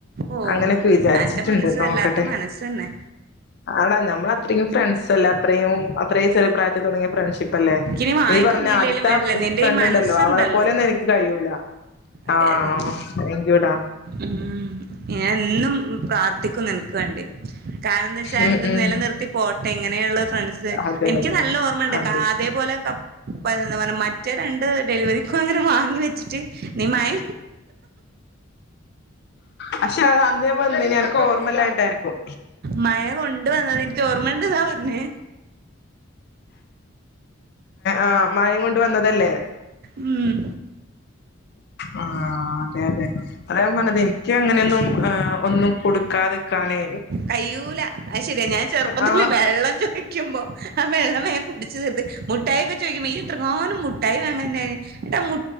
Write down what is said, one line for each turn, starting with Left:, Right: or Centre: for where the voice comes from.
Right: ഓ
Left: അങ്ങനക്കെ വിചാരിച്ചിട്ട്ണ്ട്
Right: അന്റെ മനസ്സ്
Left: നോക്കട്ടെ.
Right: വല്ലാത്ത മനസ്സന്നെ
Left: ആണ് നമ്മളത്രക്കും ഫ്രണ്ട്സല്ലേ അത്രയും യും അത്രേം ചെറ്യേ പ്രായത്തിൽതൊടങ്ങിയ ഫ്രണ്ട്ഷിപ്പ് പ്പല്ലേ
Right: എനിക്കിനി വാങ്ങി
Left: നീ പറഞ്ഞ
Right: തന്നില്ലേലും
Left: ആദ്യത്ത
Right: വേണ്ടില്ല നിന്റെ
Left: ഫ്രണ്ട്
Right: ഈ മനസ്സുണ്ടല്ലോ
Left: ണ്ടല്ലോ അവളെപ്പോലെന്നും എനിക്ക് കയ്യൂല
Right: അതെ
Left: ആതാങ്ക്
Right: അതെ
Left: യു ട
Right: ഉം ഞൻ എന്നും പ്രാർ ത്തിക്കും നിൻക്ക് വേണ്ടി കാരണം ന്താച്ചാൽ
Left: ഉം
Right: ഇത്
Left: ഉം
Right: നിലനിർത്തി പോട്ടെ ഇങ്ങനെയുള്ള ഫ്രണ്ട്സ്
Left: അതെ
Right: എനിക്ക്
Left: അതെ
Right: നല്ല ഓർമ്മണ്ട്
Left: അതെ
Right: കാ അതേപോലെക്ക് <unintelligible> റ്റേ രണ്ട് ഡെലിവറി ക്ക അങ്ങനെ വാങ്ങി വെച്ചിട്ട് നീ മയ
Left: പക്ഷെ അന്നേ വന്നെനു അനക്ക് ഓർമല്ലന് ട്ടാര്ക്കും
Right: മഴ കൊണ്ട് വന്നത് എനിക്ക് ഓർമ്മണ്ടെന്നാ പറഞ്ഞേ
Left: ആ മയേം കൊണ്ട് വന്നതല്ലേ
Right: മ്മ്
Left: ആ അതെ അതെ അത ഞാൻ പറഞ്ഞത് എനിക്ക് അങ്ങനെയൊന്നും ഒന്നും കൊടുക്കാതിക്കാനെ
Right: കയൂല അയ് ശരിയാ ഞാൻ ചെറുപ്പത്തില്
Left: ആ
Right: വെള്ളം ചൊയ്ക്കുമ്പോ ആ വെള്ളമയെ കുടിച്ച് തീർത്ത് മുട്ടായി ഒക്കെ ചോയ്ക്കുമ്പോ ഇയ്യ് എത്രങ്ങാനും മുട്ടായി വാങ്ങൽണ്ടായ്ന് ന്ന്ട്ടാ മു